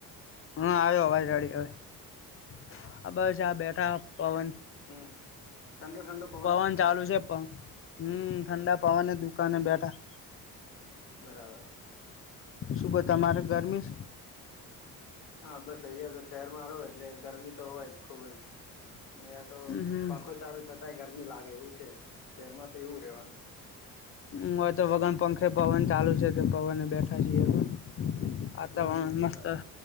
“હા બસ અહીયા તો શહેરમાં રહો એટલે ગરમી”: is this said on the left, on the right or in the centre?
Left